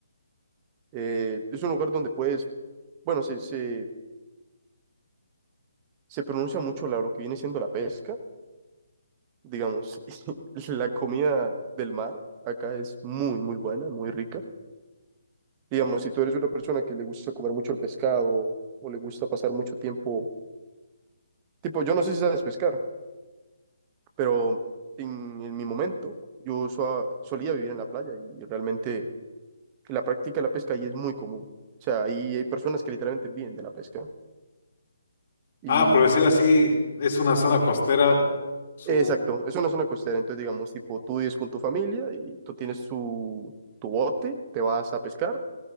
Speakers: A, on the right; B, on the left.
A: eh, es un lugar donde puedes, bueno, se, se, se pronuncia mucho la- lo que viene siendo la pesca, digamos, <laughs> la comida del mar acá es muy, muy buena, muy rica. Digamos, si tú eres una persona que le gusta comer mucho el pescado o le gusta pasar mucho tiempo, tipo, yo no sé si sabes pescar. pero en, en mi momento yo sua- solía vivir en la playa y realmente la práctica de la pesca ahí es muy común. O sea, ahí hay personas que literalmente viven de la pesca. Y
B: Ah, por decir así, es una zona costera. Su...
A: exacto, es una zona costera, entonces digamos, tipo, tú vives con tu familia y tú tienes su, tu bote, te vas a pescar